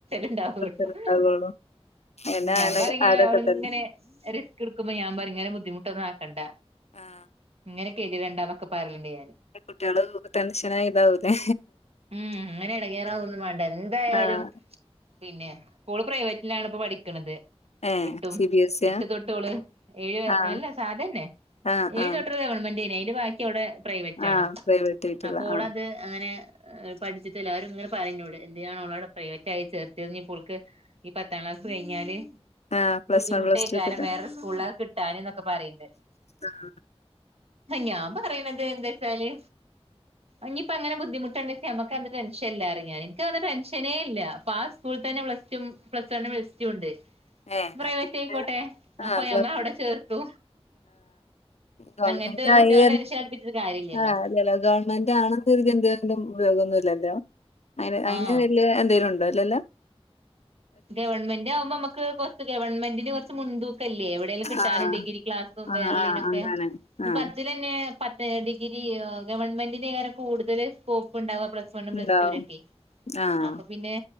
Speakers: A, on the right; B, on the left.
A: ഉണ്ടാവുളളു
B: ഉണ്ടാകുള്ളൂ എന്നെ
A: ഞാൻ
B: അയനെ
A: പറ ഇങ്ങനെ
B: അതൊക്കെ
A: അവള്
B: തന്നെ
A: ഇങ്ങനെ റിസ്ക് എടുക്കുമ്പോ ഞാൻ പറയും ഇങ്ങനെ ബുദ്ധിമുട്ടൊന്നും ആക്കണ്ട.
B: ആ
A: അങ്ങനെ കതിണ്ടന്നൊക്കെ പറഞ്ഞ്ണ്ട് ഞാൻ
B: കുട്ടികള് ടെൻഷൻ ആയ ഇതാവു ഇല്ലേ
A: ഉം, അങ്ങനെ ഇടങ്ങേറാവൊന്നും വേണ്ട, എന്തായാലും
B: ആഹ്
A: പിന്നെ ഓള് പ്രൈവറ്റിലാണ് ഇപ്പൊ പഠിക്കുന്നത്.
B: ഏഹ്
A: എട്ടും
B: സി ബി എസ് ഇ യാ
A: എട്ട് തൊട്ട് ഓള് ഏഴ്
B: ആഹ്
A: അല്ല സാധ തന്നെ
B: ആഹ്
A: ഏഴു
B: ആഹ്
A: തൊട്ടൊരു ഗവൺമെന്റ് തന്നെ അതിന്റെ ബാക്കി അവള് പ്രൈവറ്റ്
B: ആഹ്
A: ആണ്,
B: പ്രൈവറ്റ് ആയിട്ടുള്ള
A: അപ്പൊ ഓള്
B: ആഹ്
A: അത് അങ്ങനെ പഠിച്ചിട്ട എല്ലാവരും ഇങ്ങനെ പറഞ്ഞൂട് എന്തിനാണോളോടെ പ്രൈവറ്റ് ആയി ചേർത്തിയത്, ഇപ്പോൾക്ക് ഈ പത്താം ക്ലാസ് കഴിഞ്ഞാല്
B: ആഹ് പ്ലസ്
A: ബുദ്ധിമുട്ടായേക്കാം
B: വൺ പ്ലസ് ടു ഒക്കെ തന്നെ
A: വേറൊരു സ്കൂളൊക്കെ കിട്ടാന് എന്നൊക്കെ പറയണ്ട്
B: ആഹ്
A: ഞാൻ പറയുന്നത് എന്താ വച്ചാല് ഇനിയിപ്പ അങ്ങനെ ബുദ്ധിമുട്ട് നമുക്കന്ന് ടെൻഷനേ ഇല്ല, ടെൻഷനേ ഇല്ല, ഇപ്പ ആ സ്കൂളി തന്നെ പ്ലസ് വൺ, പ്ലസ് ടു ഉണ്ട്. പ്ലസ് ടു ഉണ്ട്
B: ഏഹ്
A: പ്രൈവറ്റ്
B: അപ്പൊ പിന്നെ
A: ആയിക്കോട്ടെ,
B: ആഹ്
A: അപ്പോൾ നമ്മൾ അവിടെ ചേർത്തു.
B: ഗവണ്മെന്റ്
A: അങ്ങനത്തെ
B: ആയി
A: കുട്ടികളെ ടെൻഷൻ അടിപ്പിച്ചിട്ട് കാര്യല്ലല്ലോ
B: ആ ചില ഗവണ്മെന്റ് ആണ തീർന്തണ്ടും ഉപയോഗമൊന്നുമില്ലല്ലോ, അ അതി
A: ആഹ്
B: വലയ എന്തേലും ഉണ്ടോ, അല്ലല്ലോ.
A: ഗവൺമെന്റ് ആവുമ്പം നമുക്ക് കുറച്ച് ഗവൺമെന്റിന് കുറച്ച് മുൻതൂക്കില്ലേ, എവിടെലും, കിട്ടാനും
B: ആഹ്
A: ഡിഗ്രി ക്ലാസും
B: ആഹ്
A: വേറെ ഉള്ളേനൊക്കെ.
B: ആഹ് അങ്ങനെ ആഹ്
A: പത്തിലന്നെ പത്ത്, ഡിഗ്രി ഗവൺമെന്റിനിങ്ങനെ കൂടുതല് സ്കോപ്പ് ഉണ്ടാാവുക പ്ലസ് വൺ പ്ലസ്
B: ഇണ്ടാവും
A: ടൂ നൊക്കെ
B: ആഹ്
A: അപ്പൊ പിന്നെ